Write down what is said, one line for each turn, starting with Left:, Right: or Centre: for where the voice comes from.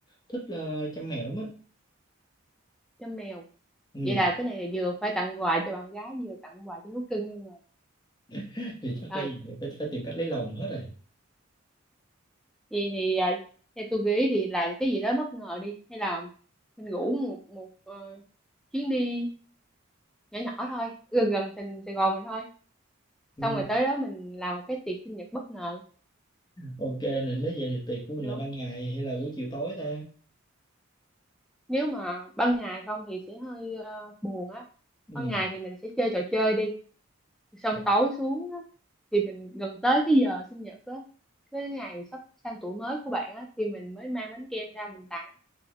Left: thích ờ, chăm mèo lắm á.
Centre: cho mèo
Left: Ừ.
Centre: vậy là cái này là vừa phải tặng quà cho bạn gái vừa tặng quà cho thú cưng luôn rồi
Left: <laughs> Thì chắc
Centre: rồi
Left: bây giờ phải, phải tìm cách lấy lòng hết rồi.
Centre: vậy thì à, theo tôi nghĩ thì làm cái gì đó bất ngờ đi hay là mình ngủ một một ờ, chuyến đi nhỏ nhỏ thôi gần gần thành Sài Gòn mình thôi
Left: Ừ.
Centre: xong rồi tới đó mình làm một cái tiệc sinh nhật bất ngờ
Left: Ok nè nếu vậy thì tiệc của mình
Centre: được
Left: là ban
Centre: không
Left: ngày hay là buổi chiều tối ta?
Centre: nếu mà ban ngày không thì sẽ hơi ờ, buồn á
Left: Ừ.
Centre: ban ngày thì mình sẽ chơi trò chơi đi xong
Left: Ờ,
Centre: tối xuống á, thì mình gần tới cái giờ sinh nhật á cái ngày sắp sang tuổi mới của bạn á thì mình mới mang bánh kem ra mình tặng